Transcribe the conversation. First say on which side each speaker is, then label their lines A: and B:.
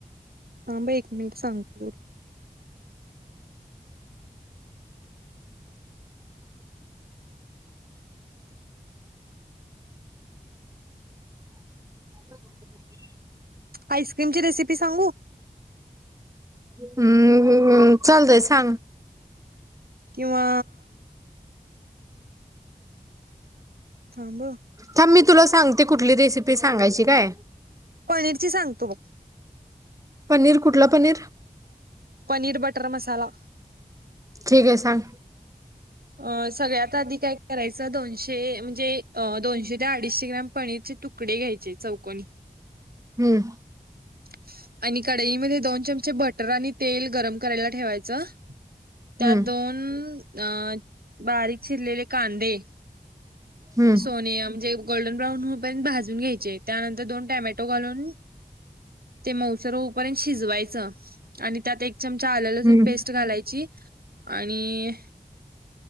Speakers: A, on the right (about 85°); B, on the right (about 20°).
A: थांब एक मिनिट सांगतो.
B: ह <inaudible>
A: आईस्क्रीमची रेसिपी सांगू?
B: हम्म हम्म, चालतय सांग.
A: किंवा थांब
B: थांब मी तुला सांगते कुटली रेसिपी सांगायची काय.
A: पनीरची सांगतो बघ.
B: पनीर कुठला पनीर?
A: पनीर बटर मसाला.
B: ठीक ये सांग.
A: अं सगळ्यात आधी काय करायचं दोनशे म्हणजे दोनशे ते अडीचशे ग्राम पनीरचे तु कडे घ्यायचे चौकोनी.
B: हम्म
A: <inaudible> आणि कडईमध्ये दोन चमचे बटर आणि तेल गरम करायला ठेवायचं. त्यात
B: हं,
A: दोन अं, बारीक चिरलेले कांदे.
B: हं,
A: सोनियम जे गोल्डन ब्राउन होउपर्यंत भाजून घ्यायचे त्यानंतर दोन टॅमेटो घालून, ते मऊसर होऊपर्यंत शिजवायचं, आणि त्यात एक चमचा आल लसून
B: हं,
A: पेस्ट घालायची, आणि